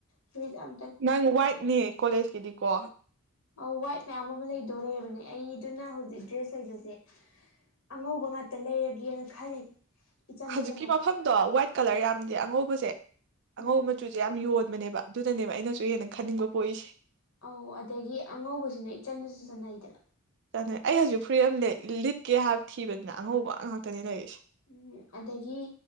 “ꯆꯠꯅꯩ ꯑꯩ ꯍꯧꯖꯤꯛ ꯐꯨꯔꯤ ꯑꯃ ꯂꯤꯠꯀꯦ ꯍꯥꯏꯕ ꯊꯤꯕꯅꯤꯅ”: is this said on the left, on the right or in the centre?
Right